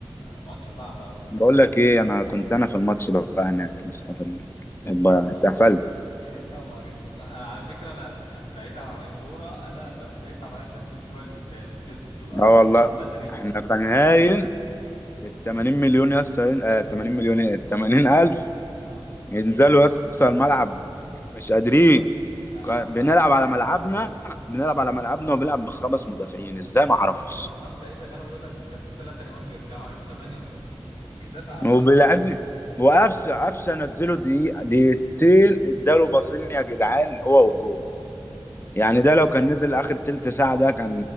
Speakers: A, on the left; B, on the left.
A: ماتش صعب قوي
B: بقول لك ايه انا كنت انا في الماتش بقى هناك يا اسطى في ال- بقى
A: <laughs>
B: اتقفلت
A: يا نهار اسود انا على فكره انا بعيد عن الكوره انا ب- بيصعب عليا الناس اللي بتروح الاستاد بت... بتبقى بروح
B: اه والله
A: من بدري
B: احنا كان
A: و...
B: هاين ال 80 مليون يا اسطى ين- آه 80 مليون ايه ال 80 الف
A: اه
B: ينزلوا يا اسطى الملعب مش قادرين
A: ه...
B: بنلعب
A: ه...
B: على ملعبنا بنلعب على ملعبنا وبنلعب بخمس مدافعين ازاي
A: ه-
B: ما اعرفش
A: خمسه ايه ده كانوا بيقول لك كان في ثلاثه كمان بيرجعوا يعني ثمانيه مدافعين بيدافع على
B: وبيلعبني وقفشه قفشه نزله دقيقه دقيقتين اداله باصين يا جدعان هو والجون
A: على-
B: يعني ده لو كان نزل اخر تلت ساعه ده كان